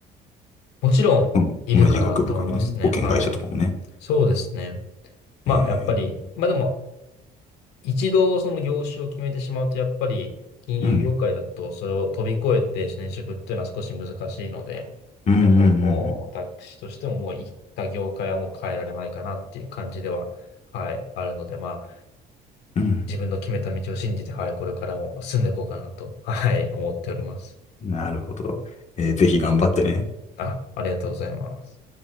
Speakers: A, on the left; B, on the left.
A: もちろん、
B: うん。
A: いるかなと思いますね。
B: 同じ学部からね。保険会社とかもね。
A: はい。そうですね。まあ、
B: ええ。
A: やっぱり、まあでも、一度その業種を決めてしまうと、やっぱり金融業界だとそれを飛び越えて転職っていうのは少し難しいので、
B: うん。うんうんう
A: やっぱりもう私としてももう行った業界はもう変えられないかなっていう感じでは、
B: ん
A: はい、あるので、まあ
B: うん。うん
A: 自分の決めた道を信じて、はい、これからも進んでいこうかなと、はい、思っております。
B: なるほど。えーぜひ頑張ってね。
A: あ、ありがとうございます。